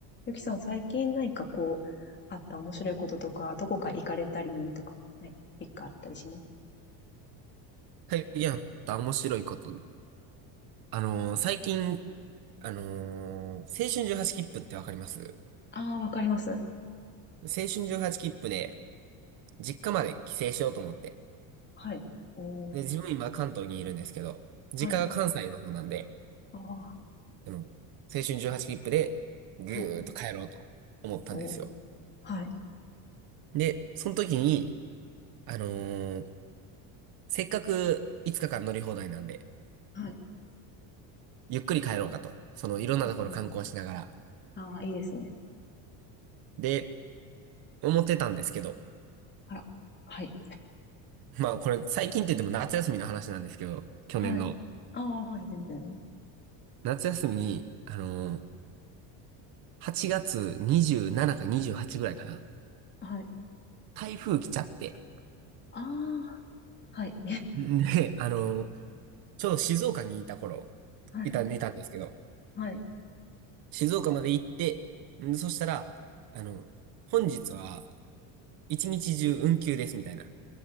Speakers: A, on the left; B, on the right.
A: ゆきさん、最近何かこう、あった面白いこととか、どこか行かれたりとか、何かトピックあったりします
B: 最近あった面白いこと。あのー最近、あのー青春18切符ってわかります
A: ああー、わかります。
B: 青春18切符で、実家まで帰省しようと思って。
A: はい。おー、
B: で、自分今関東にいるんですけど、実家が関西の方なんで、
A: はい。ああ、
B: での青春18切符で、ぐーっと帰ろうと思ったんですよ。
A: はい。おー、はい。
B: で、その時に、あのーせっかく5日間乗り放題なんで、
A: はい。
B: ゆっくり帰ろうかと。その、いろんなところ観光しながら。
A: うんうん、ああ、いいですね。
B: で、思ってたんですけど、
A: あら。はい。
B: まあこれ最近って言っても夏休みの話なんですけど、去年の。
A: はい。ああ、はい、全然。
B: 夏休みに、あのー8月27か28ぐらいかな。
A: はい。
B: 台風来ちゃって。
A: ああ、はい。
B: んで、あのーちょうど静岡にいた頃、
A: <laughs> はいはい。
B: いた、いたんですけど、
A: はい。
B: 静岡まで行って、んそしたら、あの、本日は一日中運休ですみたいな、